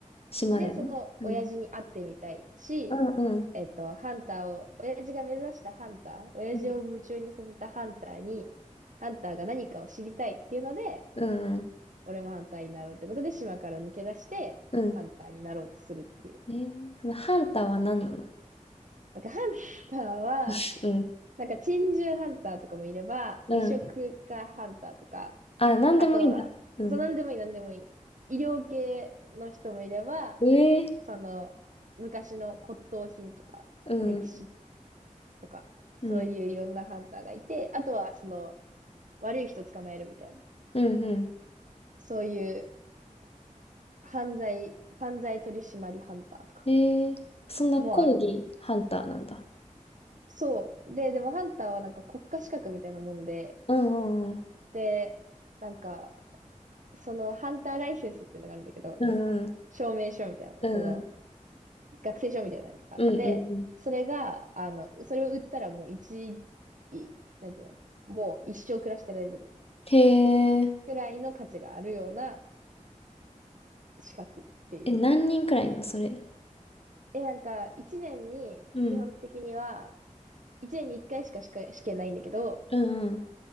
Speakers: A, on the left; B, on the right.
A: 島でね。
B: で、その親父に会ってみたいし、
A: うん。うん。
B: えっと、ハンターを、親父が目指したハンター、親父を夢中にさせたハンターに、
A: うん。
B: ハンターが何かを知りたいっていうので、
A: うん。うん。
B: 俺もハンターになろうってことで、島から抜け出して、
A: うん。
B: ハンターになろうとするっていう。
A: えー、そのハンターは何なの
B: なんか、ハンターは、
A: <laughs> うん、
B: なんか珍獣ハンターとかもいれば、
A: うん。
B: 美食家ハンターとか、
A: あ、何でもいいんだ。
B: あとは、
A: うん。
B: そう、なんでもいい、なんでもいい。医療系の人もいれば、
A: ええ
B: その、昔の骨董品とか、
A: うん、
B: 歴史とか、そういういろんなハンターがいて、
A: うん、
B: あとは、その、悪い人捕まえるみたいな、
A: うん、う
B: そういう犯罪、犯罪取締りハンターとか
A: ん。えー、そんな講義ハンターなんだ。
B: もある。そう。で、でもハンターはなんか国家資格みたいなもんで、
A: うん、うん、
B: で、なんか、そのハンターライセンスっていうのがあるんだけど、
A: うん、
B: 証明書みたいな、
A: うん、
B: その、
A: うん、
B: 学生証みたいなやつがあって、
A: うん、うん、うんうん。
B: それが、あの、それを売ったらもう一、いなんていうの、もう一生暮らしてられるみたいな、
A: へえ、
B: くらいの価値があるような資格っていう。
A: え、何人くらいいんのそれ。
B: え、なんか、一年に、
A: うん、
B: 基本的には、一年に一回しか試験試験ないんだけど、
A: うん、うん、